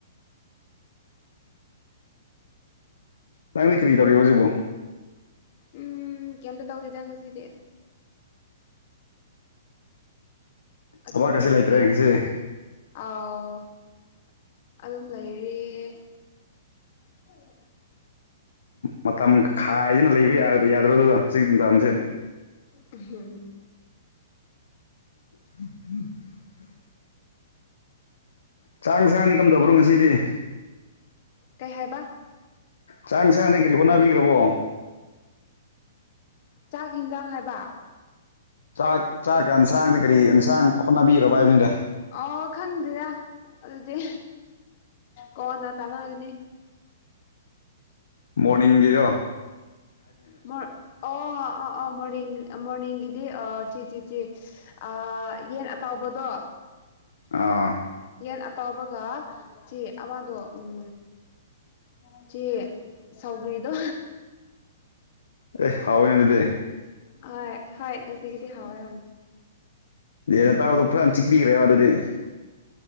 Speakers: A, on the left; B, on the left.
A: ꯅꯪꯗꯤ ꯀꯔꯤ ꯇꯧꯔꯤꯕꯣ ꯍꯧꯖꯤꯛꯄꯣ
B: ꯎꯝ ꯀꯩꯇ ꯇꯧꯗꯦꯗ ꯉꯁꯤꯗꯤ ꯑꯗꯨꯝ
A: ꯊꯕꯛꯀꯁꯦ
B: ꯂꯩꯔꯤ
A: ꯂꯩꯇ꯭ꯔꯦ ꯉꯁꯤ
B: ꯑꯥꯎ ꯑꯗꯨꯝ ꯂꯩꯔꯤꯌꯦ <unintelligible>
A: ꯃꯇꯝ ꯈꯥꯏꯗꯅ ꯂꯩꯕ ꯌꯥ ꯌꯥꯗ꯭ꯔꯣꯗꯨꯒ ꯍꯧꯖꯤꯛ ꯃꯇꯝꯁꯤ
B: ꯎꯝ
A: <inaudible> ꯆꯥꯡ ꯏꯁꯥꯡꯗꯤ ꯀꯝꯗꯧꯕ꯭ꯔꯣ ꯉꯁꯤꯗꯤ
B: ꯀꯩ ꯍꯥꯏꯕ
A: ꯆꯥꯡ ꯏꯁꯥꯡꯅꯩ ꯀꯔꯤ ꯍꯣꯠꯅꯕꯤꯒ꯭ꯔꯥꯕꯣ
B: ꯆꯥꯛ ꯍꯪꯖꯥꯡ ꯍꯥꯏꯕ
A: ꯆꯥꯛ ꯆꯥꯛ ꯑꯟꯁꯥꯡꯗ ꯀꯔꯤ ꯑꯦꯟꯁꯥꯡ ꯍꯣꯠꯅꯕꯤꯔꯕ ꯍꯥꯏꯕꯅꯤꯗ
B: ꯑꯣ ꯈꯪꯗꯦꯗ ꯑꯗꯨꯗꯤ ꯀꯣꯟꯅ ꯇꯥꯟꯅꯒꯅꯤ
A: ꯃꯣꯔꯅꯤꯡꯒꯤꯗ
B: ꯃꯣꯔ ꯑꯣ ꯑꯥ ꯑꯥ ꯃꯣꯔꯅꯤꯡ ꯃꯣꯔꯅꯤꯡꯒꯤꯗꯤ ꯑꯥ <unintelligible> ꯑꯥ ꯌꯦꯟ ꯑꯇꯥꯎꯕꯗꯣ
A: ꯑꯥ
B: ꯌꯦꯟ ꯑꯇꯥꯎꯕꯒ <unintelligible> ꯑꯃꯗꯣ ꯎꯝ <unintelligible> ꯁꯧꯒ꯭ꯔꯤꯗꯣ
A: ꯑꯦ ꯍꯥꯎꯋꯦꯅꯦ ꯑꯗꯨꯗꯤ
B: ꯑꯥꯏ ꯍꯣꯏ ꯉꯥꯁꯤꯀꯤꯗꯤ ꯍꯥꯎꯋꯦ
A: ꯌꯦꯟ ꯑꯇꯥꯎꯕꯗꯣ ꯐꯅ ꯆꯤꯛꯄꯤꯈ꯭ꯔꯦꯕ ꯑꯗꯨꯗꯤ